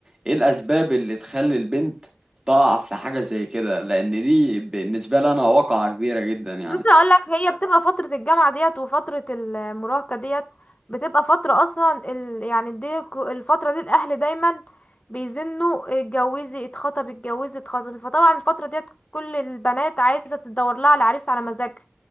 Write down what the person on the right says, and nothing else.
ايه الاسباب اللي تخلي البنت تقع في حاجه زي كده لان دي بالنسبه لي انا واقعه كبيره جدا يعني